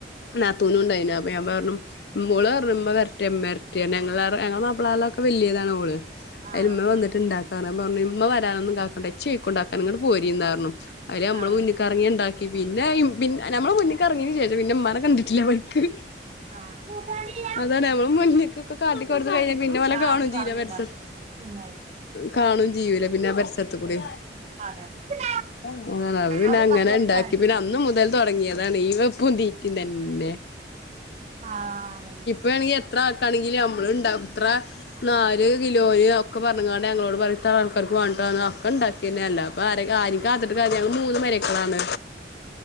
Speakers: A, on the left (about 65°); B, on the right (about 40°).
A: നാത്തൂനും ഇണ്ടായിനു അപ്പ ഞാൻ പറഞ്ഞു ഓളർ ഞ്ഞു ഇമ്മ വരട്ടെ ഇമ്മര് വരട്ടേ ഞങ്ങള്- ഇപ്പള് അതിലൊക്കെ വെല്ലിയതാണ് ഓള് അയില്
B: ആഹ്
A: ഇമ്മ വന്നിട്ട്
B: ആഹ്
A: ഇണ്ടാ കാരണം ഞാൻ പറഞ്ഞു ഇമ്മ വരാനൊന്നും കാക്കണ്ട ഇച്ച് വെയ്ക്കും ഇണ്ടാക്കാന് ഇങ്ങട്ട് പോരിണെന്ന് പറഞ്ഞു അയില് നമ്മള്
B: ആഹ്
A: മുന്നിക്കിറങ്ങി ഇണ്ടാ പിന്നേയും പിൻ നമ്മളെ മുന്നിക്ക് എറങ്ങിയതിന് ശേഷം പിന്നെ ഉമമ്മാനെ കണ്ടിട്ടില്ല ആ വഴിക്ക്
B: ആഹ് കൂട്ടാനില്ല
A: അതല്ല നമ്മള് മുന്ന്ക്കൊക്കെ കാട്ടി കൊടുത്ത് കഴിഞ്ഞ പിന്നെ ഓലെ
B: ചാറും
A: കാണും ചെയ്യൂല
B: കറിയുംതാ
A: പരിസരത്ത്
B: തിന്നായി
A: കാണും ചെയ്യൂല പിന്നെ ആ പരിസരത്ത് കൂടി
B: അതന്നെ
A: അത് പിന്നെ
B: അത്
A: അങ്ങനെ
B: പത്ത് മണിക്കാണ്
A: ഇണ്ടാക്കി പിന്നെ
B: ന്നാ
A: അന്ന് മുതൽ തൊ ടങ്ങിയതാണ് ഈ വെപ്പും തീറ്റി ഇത് എന്നെ
B: ആഹ് അത് തന്നെ
A: വേണെങ്ങി എത്ര ആൾക്കാണങ്കിലും ഞമ്മള് ഇണ്ടാവും എത്ര- നാല് കിലോയൊ ഒക്കെ പറഞ്ഞ്ങ്ങാണ്ട് ഞങ്ങളോട് പണിയെടുത്ത ആൾക്കാർക്ക് വണ്ടാന്ന് ഒക്കെ ഇണ്ടാ പിന്നല്ല ഇപ്പൊ ആരെ ആരും കാത്തിട്ട് കാര്യം ഇല്ല ഞങ്ങള് മൂന്ന് മരുമക്കളാണ്